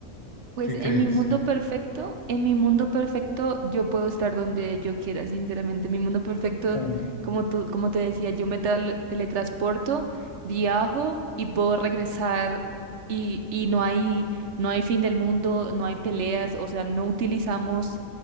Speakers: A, on the right; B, on the left.
A: Pues
B: ¿Qué
A: en
B: crees?
A: mi mundo perfecto, en mi mundo perfecto yo puedo estar donde yo quiera, sinceramente. Mi mundo perfecto,
B: Claro.
A: como tú, como te decía, yo me tel- teletransporto, viajo y puedo regresar y, y no hay, no hay fin del mundo, no hay peleas, o sea, no utilizamos